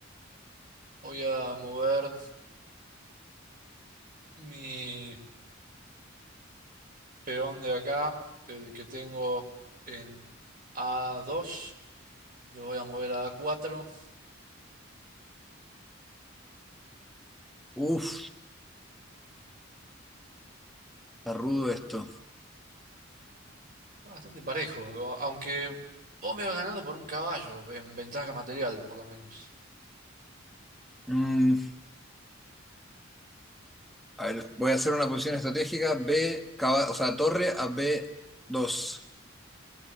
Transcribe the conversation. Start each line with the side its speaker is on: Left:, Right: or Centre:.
Right: Voy a mover mi... peón de acá, el que tengo en A2, le voy a mover a A4.
Centre: Uf, está rudo esto.
Right: Está Bastante parejo, aunque vos me vas ganando por un caballo, en ventaja material, por lo menos.
Centre: Mm, a ver, voy a hacer una posición estratégica B, caba- o sea, torre a B2.